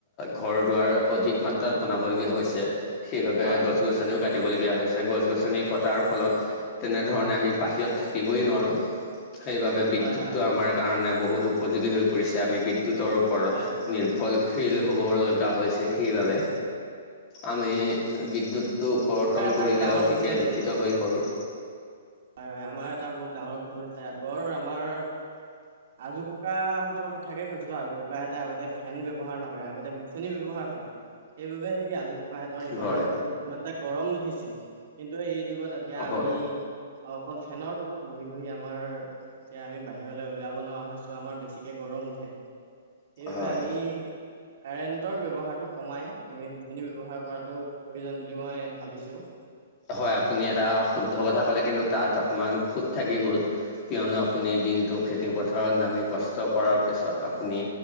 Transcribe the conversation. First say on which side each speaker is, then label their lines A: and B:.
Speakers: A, on the left; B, on the right.
A: ঘৰ যোৱাৰ অধিক মাত্রাত বনাব লগীয়া হৈছে সেই বাবে
B: হয়
A: গছ-গছনি কাটিব লগীয়া হৈছে। গছ - গছ আঁচনি কটাৰ ফলত তেনেধৰণে আমি বাহিৰত থাকিবই নোৱাৰোঁ। সেইবাবে বিদ্যুতটো
B: হয় হয় হয়
A: আমাৰ কাৰণে বহুত উপযোগী হৈ পৰিছে আমি বিদ টো তৰ ওপৰত
B: হয়
A: নিৰ্ভল শিল হ'ব লগা হৈছে সেইবাবে আমি বিদ্যুৎটো কৰ্তন
B: আমাৰ এটা
A: কৰিলে
B: বহুত ডাঙৰ
A: অতিকে
B: ভুল হৈছে
A: দূষিত হৈ পৰোঁ।
B: হয় হয আমাৰ এটা বহুত ডাঙৰ ভুল আছে আগৰ আমাৰ আজু পু কুকাহঁতৰ কথাকে কৈছো আজু কুকাহঁতে আগতে ফেন ব্যৱহাৰ নকৰে আগতে বিচনি ব্যৱহাৰ সেইবাবে সেই আজো ককাহতৰ ইমানটো
A: হয়,
B: ইমান এটা গৰম নুঠিছিল কিন্তু এই আজি যুগত এতিয়া
A: হয়।
B: আমি অ অকল ফেনৰ তলত বহি বহি আমাৰ এতিয়া আমি বাহিৰলৈ উলিয়াব নোৱাৰা হৈছো আমাৰ বেছিকে গৰম মুঠে, সেইবাবে
A: হয়,
B: আমি কাৰেণ্টৰ ব্যৱহাৰটো কমাই আমি বিচনী ব্যৱহাৰ কৰাটো প্ৰয়োজন বুলি মই ভাবিছো।
A: হয় আপুনি এটা শুদ্ধ কথা ক'লে কিন্তু তাত অকণমান খুত থাকি গ'ল কিয়নো আপুনি দিনটো খেতিপথাৰত নামি কষ্ট কৰাৰ পিছত আপুনি